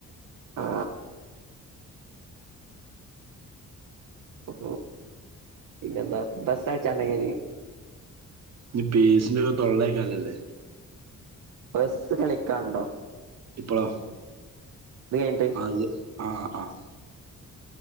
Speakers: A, on the right; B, on the right.
A: ആ ഉം പിന്നെന്താ ബസാഴ്ച്ചാണ്ട <unintelligible>
B: ഇനി പേസിന്റെ ഓരോ തൊള്ളയേക്കാല്ലല്ലേ
A: പസ്സ് കളിക്കാണ്ടോ?
B: ഇപ്പോളോ
A: ഇത് കഴിഞ്ഞിട്ട്
B: അത് ആഹ് ആഹ്